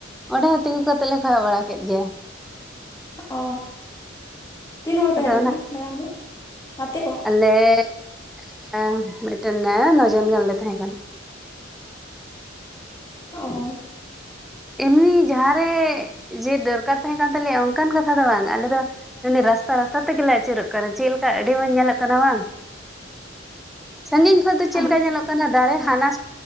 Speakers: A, in the centre; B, on the left.
A: ᱚᱸᱰᱮ ᱦᱚᱸ ᱛᱤᱸᱜᱩ ᱠᱟᱛᱮᱜ ᱞᱮ ᱠᱷᱚᱭᱚᱜ ᱵᱟᱲᱟ ᱠᱮᱫ ᱜᱮᱭᱟ
B: ᱚ ᱛᱤᱱ ᱦᱚᱲ ᱯᱮ
A: ᱟᱫᱚ
B: ᱦᱮᱡ ᱞᱮᱱᱟ ᱫᱟᱬᱟᱱ ᱫᱚ ᱜᱟᱛᱮ ᱠᱚ
A: ᱞᱮ ᱮᱸ ᱢᱤᱫᱴᱮᱱ ᱱᱚ ᱡᱚᱱ ᱜᱟᱱ ᱞᱮ ᱛᱟᱦᱮᱸ ᱠᱟᱱᱟ ᱾
B: ᱳ
A: ᱮᱢᱱᱤ ᱡᱟᱦᱟᱸ ᱨᱮ ᱡᱮ ᱫᱚᱨᱠᱟᱨ ᱛᱟᱦᱮᱸ ᱠᱟᱱ ᱛᱟᱞᱮᱭᱟ ᱚᱱᱠᱟᱱ ᱠᱟᱛᱷᱟ ᱫᱚ ᱵᱟᱝ ᱟᱞᱮ ᱫᱚ ᱨᱟᱥᱛᱟ ᱨᱟᱥᱛᱟ ᱛᱮᱜᱮᱞᱮ ᱟᱹᱪᱩᱨᱚᱜ ᱠᱟᱱᱟ ᱪᱮᱫ ᱞᱮᱠᱟ ᱟᱹᱰᱤ ᱢᱚᱸᱡᱽ ᱧᱮᱞᱚᱜ ᱠᱟᱱᱟ ᱵᱟᱝ ᱥᱟᱺᱜᱤᱧ ᱠᱷᱚᱱ ᱫᱚ ᱪᱮᱫ
B: ᱟᱹᱰᱤ
A: ᱞᱮᱠᱟ ᱧᱮᱞᱚᱜ ᱠᱟᱱᱟ ᱾ ᱠᱟᱱᱟ ᱫᱟᱨᱮ ᱦᱟᱱᱟ